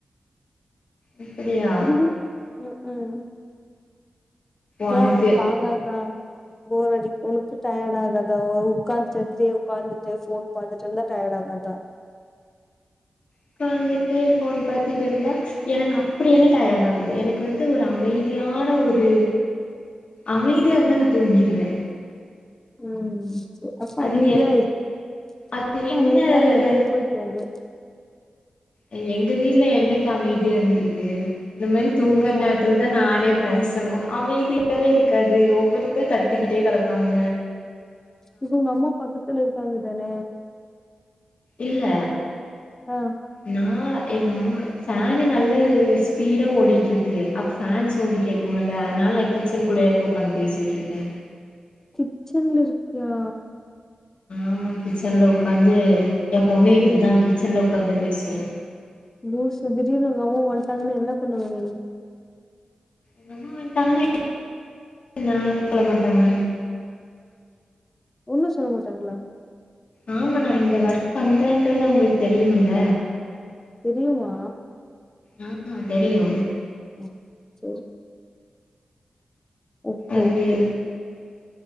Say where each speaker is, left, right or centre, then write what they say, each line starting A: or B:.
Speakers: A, on the left (about 60°); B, on the left (about 20°).
A: அப்படியா
B: ம்ஹும்
A: ஒனக்கு
B: ஏ உனக்கு <unintelligible> போர் அடிக் உனக்கு டயடாகாதா உட்காந்துட்டு இருத்து உக்காந்துட்டு இப்டியே உக்காந்துட்டு ஃபோன் பாத்துட்ருந்தா டயடாகாதா
A: உக்காந்துட்டு ஃபோன் பாத்துட்ருந்தா எனக்கு அப்படியெல்லா டயர்டாகாது எனக்கு வந்து ஒரு அமைதியான ஒரு அமைதியாருந்தா நா தூங்கிருவே
B: ம் ம் அப்ப
A: அது
B: அமைதியாருக்
A: எ அது
B: அப்ப
A: என்ன
B: அமைதியான எடத்துக்கு போய் தூங்கு
A: ஏ எங்க வீட்ல என்னைக்கி அமைதியாருந்துருக்கு இந்த மாரி தூங்கர
B: ஏன்
A: நேரத்துல தா நானே பேசனு அமைதியாவே இருக்காது ஒவ்வொருத்தரு கத்திக்கிட்டே கடப்பாங்க
B: இப்ப உங்க அம்மா பக்கத்துல இருக்காங்க தான
A: இல்ல
B: அ
A: நா எங்க அம்மா ஃபேன் நல்ல ஸ்பீடா ஓடிட்டு இருக்கு அப்ப ஃபேன் சவுண்ட் கேட்கல அதனால கிச்சன் குள்ளேயே உட்காந்து பேசிகிட்டுருக்க
B: கிச்சன்ல இருக்கியா
A: ஆமா கிச்சன்ல உட்காந்து எப்பவுமே இப்படிதா
B: ஏ
A: கிச்சன்ல உட்காந்து பேசுவே
B: லூசு திடீனு உங்க அம்மா வந்துட்டாங்கன்னா என்ன பண்ணுவ நீ
A: எங்க அம்மா வந்துட்டாங்கன்னா <inaudible> சொல்ல மாட்டாங்க
B: ஒன்னு சொல்ல மாட்டாங்களா
A: ஆமா நா இந்த ஒர்க் பண்றேன்றது அவங்களுக்கு தெரியுமல
B: தெரியுமா
A: ஆ ஹ தெரியு
B: உம் சரி ஓகே
A: அது
B: ஓகே